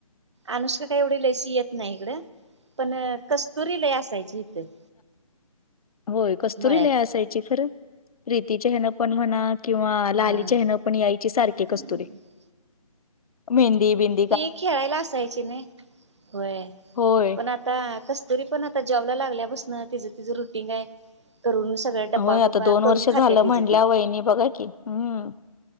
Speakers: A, on the right; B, on the left.
A: अनुष्का काही एवढी लईशी येत नाही इकड पण कस्तुरी लई असायची इथं.
B: होय कस्तुरी
A: मळ्यात
B: लई असायची खर, प्रीतीच्या ह्यानं पण म्हणा किंवा लालीच्या
A: हा
B: ह्यान पण यायची सारखी
A: ती
B: कस्तुरी मेहंदी बीन
A: ती खेळायला असायची नाई, होय
B: होय
A: पण आ आता कस्तुरी पण आता, जॉबला लागल्या पासन तिच तिचं रुटीग हाय करून सगळं. डब्बा
B: हा ओ
A: बिब्बा
B: आता दोन
A: करून
B: वर्ष झालं,
A: खाते तिचं
B: म्हणल्या
A: ती
B: वहिनी बघा कि हम्म